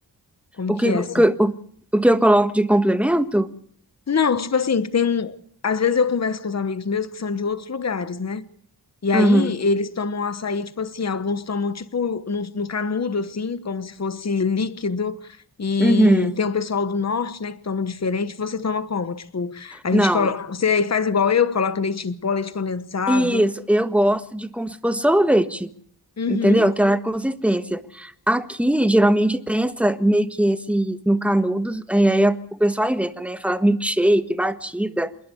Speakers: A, on the left; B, in the centre.
A: Como
B: O
A: que
B: que,
A: é assim?
B: que- o, o que eu coloco de complemento?
A: Não, tipo assim, que tem um. Às vezes eu converso com os amigos meus que são de outros lugares, né? E aí
B: Uhum.
A: eles tomam açaí, tipo assim, alguns tomam tipo no, no canudo, assim, como se fosse líquido. E
B: Uhum.
A: tem o pessoal do norte, né, que toma diferente. Você toma como? Tipo, a
B: Não,
A: gente coloca. Você faz igual eu, coloca leite em pó, leite condensado.
B: isso. Eu gosto de como se fosse sorvete.
A: Uhum.
B: Entendeu? Aquela consistência. Aqui, geralmente, tem essa, meio que esses, no canudos, aí, aí a- o pessoal inventa, né? Fala milkshake, batida.